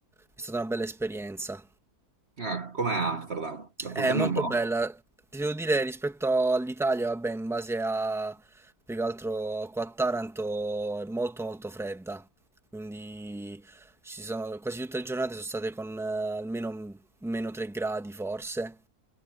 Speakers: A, in the centre; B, on the right.
A: è stata una bella esperienza.
B: ah, com'è Amsterdam? Raccontami
A: È molto
B: un po'.
A: bella. Ti devo dire rispetto all'Italia, vabbè, in base a più che altro qua a Taranto è molto molto fredda. Quindi ci sono, quasi tutte le giornate sono state con eh, almeno meno 3 gradi forse.